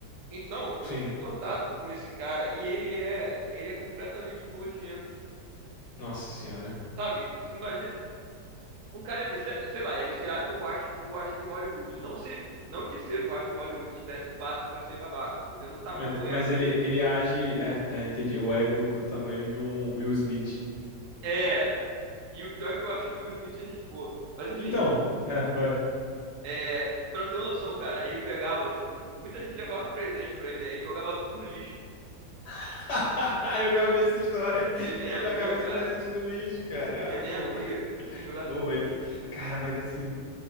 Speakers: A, on the right; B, on the left.
A: Então, eu
B: Sim.
A: tive contato com esse cara e ele é, ele é completamente nojento.
B: Nossa senhora.
A: Sabe? Tu imagina, o cara, ele se- sei lá, ele se acha um astro, o astro de Hollywood. Não se, não que ser um astro de Hollywood te desse passe pra ser babaca, mas tô dizendo o tamanho
B: Ah, ent-
A: do ego
B: Mas ele,
A: dele.
B: ele age, é, é, entendi, o ego do tamanho de um Will Smith.
A: É, e o pior é que eu acho o Will Smith é gente boa. Mas enfim,
B: Então, é, vai.
A: É, pra ter uma noção, cara, ele pegava. os- Muita gente levava presente pra ele, né? Ele jogava tudo no lixo.
B: <laughs> Eu já ouvi essa história,
A: Ele nem
B: que ele
A: abria,
B: jogava
A: cara.
B: os presentes no lixo, cara. Ah, eu
A: Ele
B: vou.
A: nem abria. Ele jogava
B: Eu
A: tudo
B: vou
A: no lixo.
B: isso. Cara, mas assim.